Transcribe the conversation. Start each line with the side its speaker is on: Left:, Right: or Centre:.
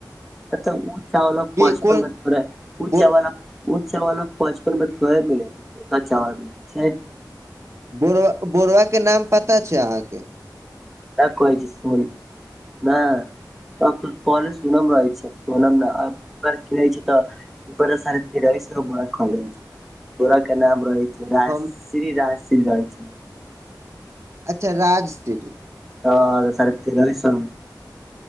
Centre: एते ऊच चावला
Right: के
Centre: पचपन
Right: कोन
Centre: पर थोड़े ऊ
Right: बो
Centre: चावल उ चावला आब पचपन रुपैय थोड़े मिलै छै <unintelligible> चावल मिल छैय
Right: बोरवा - बोरवा केँ नाम पता छै अहाँकेँ
Centre: तऽ कहै सी सुन नाय तब तऽ पहले सोनम रहै छै सोनम नऽ आब किनै छी तऽ ओई पर तऽ सारे तेरहिस सौ लिखल रहै बोरा केँ नाम रहै राय
Right: हम
Centre: श्री राय श्री रज
Right: अच्छा राज श्री
Centre: हँ तऽ साढ़े तरहि सौ मे